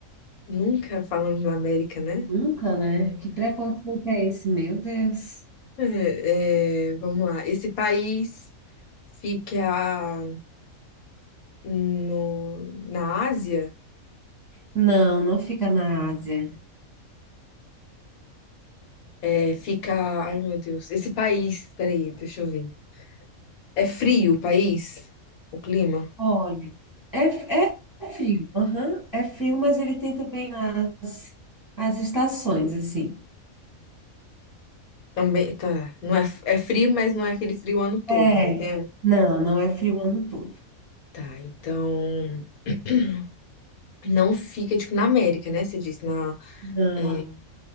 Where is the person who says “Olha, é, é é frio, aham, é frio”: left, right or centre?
Right